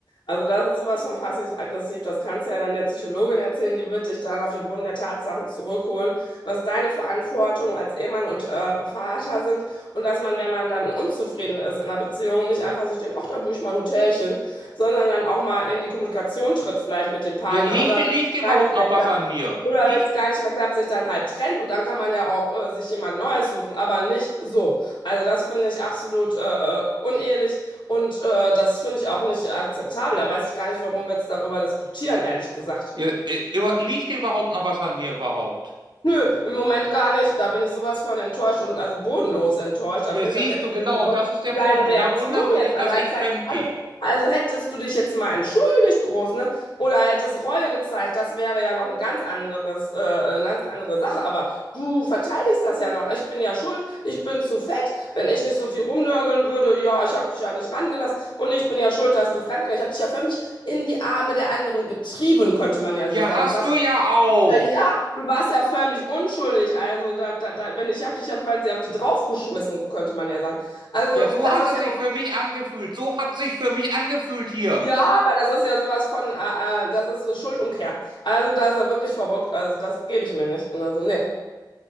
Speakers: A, on the left (about 85°); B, on the right (about 75°).
A: Also das ist sowas von passiv-aggressiv. Das kannst du ja dann der Psychologin erzählen, die wird dich dann auf den Boden der Tatsachen zurückholen, was deine Verantwortung als Ehemann und äh, Vater sind und dass man, wenn man dann unzufrieden ist in einer Beziehung, nicht einfach sich denkt, ach, da buche ich mal ein Hotelchen, sondern dann auch mal in die Kommunikation tritt vielleicht mit dem Partner
B: Ja, liegt,
A: oder
B: liegt
A: wenn es
B: dir
A: gar
B: überhaupt
A: nicht mehr
B: noch
A: klappt.
B: was an mir?
A: Oder
B: Liegt,
A: wenn es gar nicht mehr klappt, sich dann halt trennt und dann kann man ja auch äh, sich jemand Neues suchen, aber nicht so. Also das finde ich absolut äh, äh, unehelich. Und äh, das finde ich auch nicht akzeptabel. Da weiß ich gar nicht, warum wir jetzt darüber diskutieren, ehrlich gesagt.
B: ja, äh, über, liegt dir überhaupt noch was an mir überhaupt?
A: Nö, im Moment gar nicht. Da bin ich sowas von enttäuscht und also bodenlos enttäuscht. Da
B: Ja,
A: fehlen
B: siehst
A: mir wirklich
B: du genau,
A: echt die Worte.
B: und das ist der
A: Und
B: Punkt.
A: deine
B: Und
A: Reaktion
B: da wunderst du
A: jetzt
B: dich,
A: allein
B: dass ich
A: zeigt
B: fremd
A: doch alles.
B: gehe.
A: Also hättest du dich jetzt mal entschuldigt, groß, ne? Oder hättest Reue gezeigt, das wäre ja noch ein ganz anderes, äh, eine ganz andere Sache. Aber du verteidigst das ja noch. Ich bin ja schuld, ich bin zu fett. Wenn ich nicht so viel rumnörgeln würde, ja, ich habe dich ja nicht rangelassen. Und ich bin ja schuld, dass du fremdgegangen. Ich habe dich ja förmlich in die Arme der anderen getrieben, könnte man ja
B: Ja,
A: so sagen.
B: hast
A: Du weißt
B: du ja auch.
A: na ja, du warst ja förmlich unschuldig. Also, da, da, da, wenn ich habe dich ja quasi auf die draufgeschmissen, könnte man ja sagen. Also,
B: Ja, so
A: das
B: hat
A: ist
B: es
A: ja,
B: sich für mich angefühlt. So hat es sich für mich angefühlt hier.
A: ja, aber das ist ja sowas von, äh, äh, das ist so Schuldumkehr. Also, da ist er wirklich verrückt. Also, das gebe ich mir nicht. Und Also, nee.